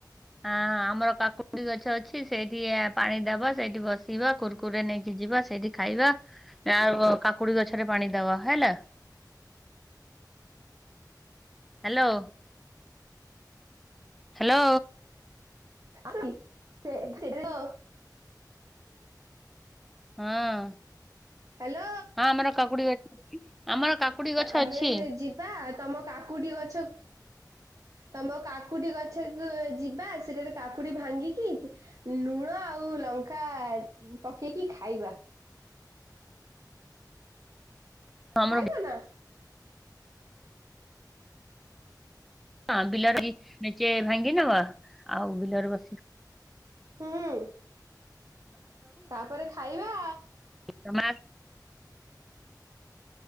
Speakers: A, in the centre; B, on the right.
A: ହଁ ଆମର କାକୁଡି ଗଛ ଅଛି ସେଇଠି ପାଣି ଦବ ସେଇଠି ବସିବା କୁର୍ କୁରେ ନେଇକି ଯିବା ସେଇଠି ଖାଇବା ଆଉ କାକୁଡି ଗଛରେ ପାଣି ଦବା ହେଲା। ହ୍ୟାଲୋ। ହ୍ୟାଲୋ।
B: <unintelligible> ସେ ହଁ।
A: ହଁ।
B: ହ୍ୟାଲୋ।
A: ହଁ ଆମର କାକୁଡି ଅ ଆମର କାକୁଡି ଗଛ
B: ଆମେ
A: ଅଛି
B: ଯିବା ତମ କାକୁଟି ଗଛ ତମ କାକୁଟି ଗଛକୁ ଯିବା ସେଠାରେ କାକୁଟି ଭାଙ୍ଗିକି ଲୁଣ ଆଉ ଲଙ୍କା ପକେଇକି ଖାଇବା।
A: ଆମର
B: ଖାଇବ ନା?
A: ହଁ ବିଲରେ ନିଚେ ଭାଙ୍ଗି ନବା ଆଉ ବିଲରେ ବସି
B: ହୁଁ ତାପରେ ଖାଇବା।
A: ତ ମା